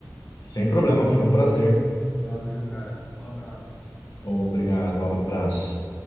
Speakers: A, on the left; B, on the left.
A: Sem problema, foi um prazer.
B: Valeu, cara. Um abraço.
A: Obrigado, um abraço.